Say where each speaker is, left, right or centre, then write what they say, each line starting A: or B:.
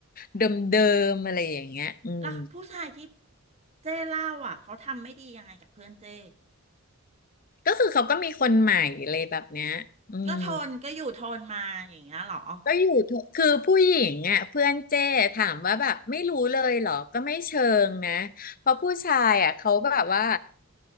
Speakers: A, on the left (about 40°); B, on the right (about 30°).
A: เดิมๆอะไรอย่างเงี้ยอืม
B: แล้วผู้ชายที่เจ้เล่าอ่ะเขาทำไม่ดียังไงกับเพื่อนเจ้
A: ก็คือเขาก็มีคนใหม่อะไรแบบเนี้ยอืม
B: ก็ทนก็อยู่ทนมาอย่างเงี้ยเหรอ
A: ก็อยู่ทุกคือผู้หญิงอ่ะเพื่อนเจ้ถามว่าแบบไม่รู้เลยเหรอก็ไม่เชิงนะเพราะผู้ชายอ่ะเขาแบบว่า